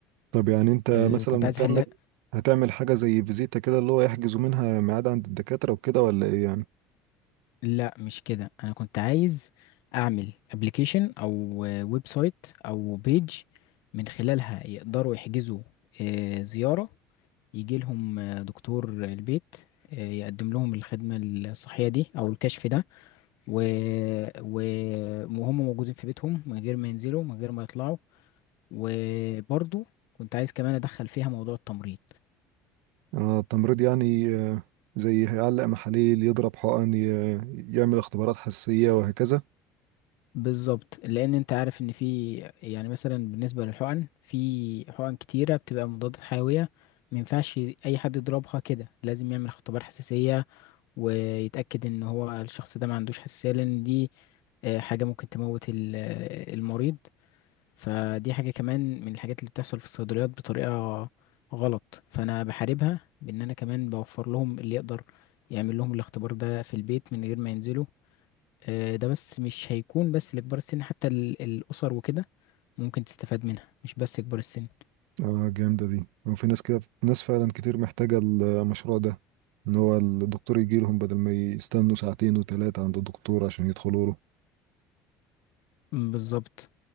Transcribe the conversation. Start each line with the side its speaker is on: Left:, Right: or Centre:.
Right: طب يعني انت
Left: آه،
Right: مثلا
Left: كنت عايز
Right: هتعمل
Left: احلها
Right: هتعمل حاجه زي فيزيتا كده اللي هو يحجزوا منها ميعاد عند الدكاتره وكده ولا ايه يعني
Left: لا مش كده انا كنت عايز اعمل ابلكيشن او ويب سايت او بيج من خلالها يقدروا يحجزوا آه، زيارة يجي لهم آه، دكتور البيت آه، يقدم لهم الخدمة الصحية دي او الكشف ده و... و... وهم موجودين في بيتهم من غير ما ينزلوا من غير ما يطلعوا وبرضو كنت عايز كمان ادخل فيها موضوع التمريض
Right: آه التمريض يعني آه زي هيعلق محاليل يضرب حقن ي- يعمل اختبارات حساسيه وهكذا
Left: بالظبط لان انت عارف ان في يعني مثلا بالنسبه للحقن في حقن كتيره بتبقى مضادات حيويه ما ينفعش اي حد يضربها كده لازم يعمل اختبار حساسيه ويتاكد ان هو الشخص ده ما عندوش حساسيه لان دي آه، حاجه ممكن تموت ال- آه، المريض فدي حاجه كمان من الحاجات اللي بتحصل في الصيدليات بطريقه غلط فانا بحاربها بان انا كمان بوفر لهم اللي يقدر يعمل لهم الاختبار ده في البيت من غير ما ينزلوا آه، ده بس مش هيكون بس لكبار السن حتى ال- الأسر وكده ممكن تستفاد منها مش بس كبار السن
Right: اه جامده دي وفي ناس كده ناس فعلا كتير محتاجه المشروع ده ان هو الدكتور يجي لهم بدل ما يستنوا ساعتين وثلاثه عند الدكتور عشان يدخلوا له
Left: مم، بالظبط